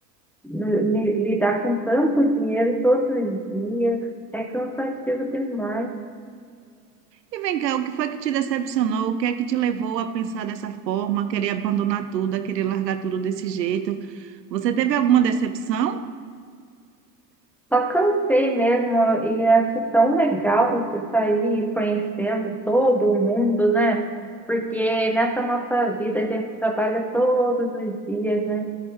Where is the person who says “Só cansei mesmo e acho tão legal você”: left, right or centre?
Centre